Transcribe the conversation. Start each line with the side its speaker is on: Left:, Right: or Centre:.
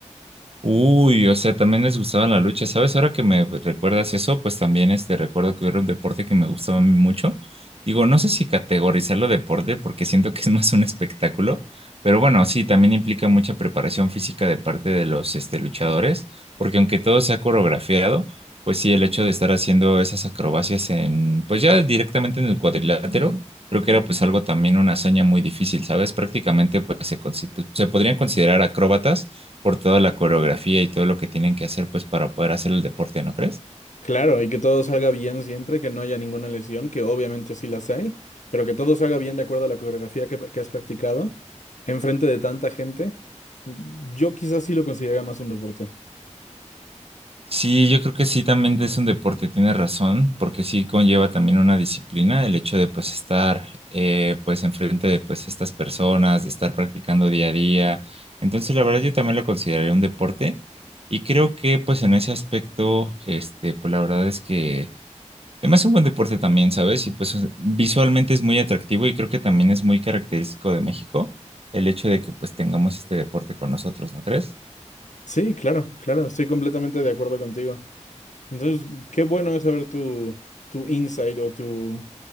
Right: Uy, o sea, también les gustaba la lucha, ¿sabes? Ahora que me recuerdas eso, pues también este recuerdo que era un deporte que me gustaba a mí mucho. Digo, no sé si categorizarlo deporte porque siento que es más un espectáculo, pero bueno, sí, también implica mucha preparación física de parte de los este luchadores, porque aunque todo sea coreografiado, pues sí, el hecho de estar haciendo esas acrobacias en, pues ya directamente en el cuadrilátero, creo que era pues algo también una hazaña muy difícil, ¿sabes? Prácticamente pues se, constitu- se podrían considerar acróbatas por toda la coreografía y todo lo que tienen que hacer pues para poder hacer el deporte, ¿no crees?
Left: Claro, y que todo salga bien siempre, que no haya ninguna lesión, que obviamente sí las hay, pero que todo salga bien de acuerdo a la coreografía que, que has practicado enfrente de tanta gente. Yo quizás sí lo consideraría más un deporte.
Right: Sí, yo creo que sí también es un deporte, tienes razón, porque sí conlleva también una disciplina el hecho de pues estar eh, pues enfrente de pues estas personas, de estar practicando día a día. Entonces, la verdad yo también lo consideraría un deporte y creo que pues en ese aspecto, este, pues la verdad es que Se me hace un buen deporte también, ¿sabes? Y pues visualmente es muy atractivo y creo que también es muy característico de México el hecho de que pues tengamos este deporte con nosotros, ¿no crees?
Left: Sí, claro, claro, estoy completamente de acuerdo contigo. Entonces, qué bueno es saber tu, tu insight o tu,